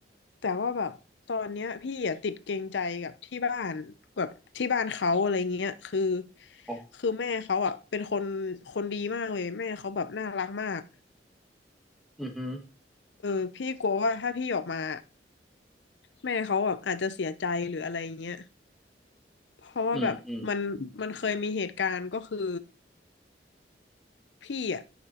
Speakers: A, on the left; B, in the centre.
A: แต่ว่าแบบตอนเนี้ยพี่อ่ะติดเกรงใจกับที่บ้านแบบที่บ้านเขาอะไรเงี้ยคือ
B: อ๋อ
A: คือแม่เขาอ่ะเป็นคนคนดีมากเลยแม่เขาแบบน่ารักมาก
B: อือฮึ
A: เออพี่กลัวว่าถ้าพี่ออกมา แม่เขาแบบอาจจะเสียใจหรืออะไรเงี้ยเพราะว่าแบบมันมันเคยมีเหตุการณ์ก็คือ
B: อืมอืม
A: พี่อ่ะ